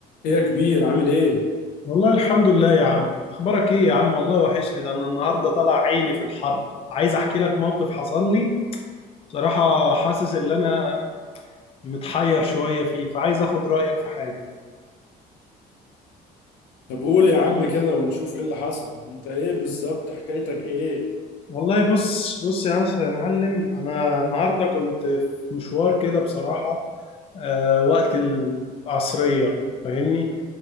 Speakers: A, on the left; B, on the left.
A: ايه يا كبير عامل ايه؟
B: والله الحمد لله يا عم اخبارك ايه يا عم والله وحشني ده انا النهارده طالع عيني في الحر عايز احكي لك موقف حصل لي بصراحة حاسس ان انا متحير شوية فيه فعايز اخد رأيك في حاجة
A: طب قول يا عم كده ونشوف ايه اللي حصل، انت ايه بالظبط حكايتك ايه؟
B: والله بص بص يا عصر يا معلم انا النهارده كنت في مشوار كده بصراحة آه وقت العصرية فاهمني